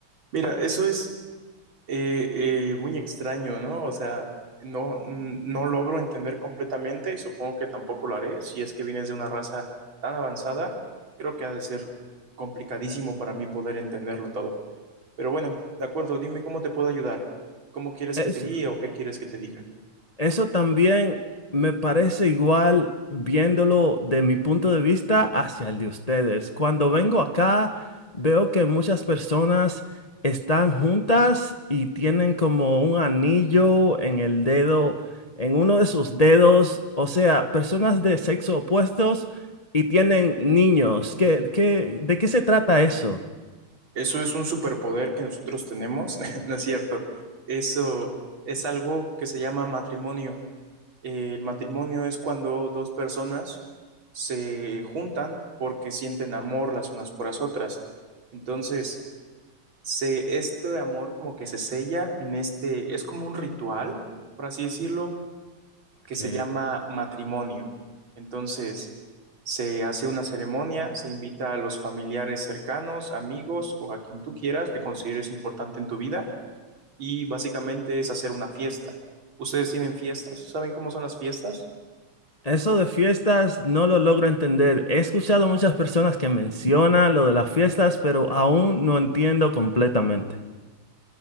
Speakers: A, on the right; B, on the left.
A: Mira, eso es eh, eh, muy extraño, ¿no? O sea, no, n- no logro entender completamente, supongo que tampoco lo haré, si es que vienes de una raza tan avanzada, creo que ha de ser complicadísimo para mí poder entenderlo todo. Pero bueno, de acuerdo, dime cómo te puedo ayudar, cómo quieres
B: Eso,
A: que te guíe o qué quieres que te diga.
B: Eso también me parece igual viéndolo de mi punto de vista hacia el de ustedes. Cuando vengo acá, veo que muchas personas están juntas y tienen como un anillo en el dedo, en uno de sus dedos, o sea, personas de sexo opuestos y tienen niños. ¿Qué, qué- de qué se trata eso?
A: Eso es un superpoder que nosotros tenemos, <laughs> ¿no es cierto? Eso es algo que se llama matrimonio. Eh, el matrimonio es cuando dos personas se juntan porque sienten amor las unas por las otras. Entonces, se, este amor como que se sella en este, es como un ritual, por así decirlo, que
B: Ok.
A: se llama matrimonio. Entonces, se hace una ceremonia, se invita a los familiares cercanos, amigos o a quien tú quieras que consideres importante en tu vida y básicamente es hacer una fiesta. ¿Ustedes tienen fiestas? ¿Saben cómo son las fiestas?
B: Eso de fiestas no lo logro entender. He escuchado muchas personas que mencionan lo de las fiestas, pero aún no entiendo completamente.